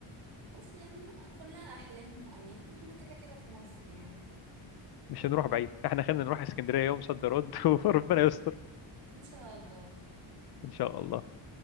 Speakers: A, on the right; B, on the left.
A: بص يعني كلها احلام واماني واحنا كده كده في مصر يعني
B: مش هنروح بعيد إحنا خلينا نروح اسكندرية يوم صد رد <laughs> وربنا يستر
A: ان شاء الله
B: إن شاء الله